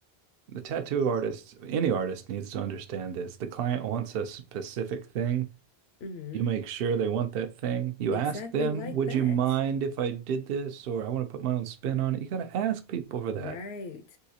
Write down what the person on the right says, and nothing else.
the tattoo artist, any artist needs to understand this. The client wants a specific thing.
You make sure they want that thing. You
ask them,
would
you mind if I did this? Or I want to put my own spin on it. You gotta ask people for
that. <laughs>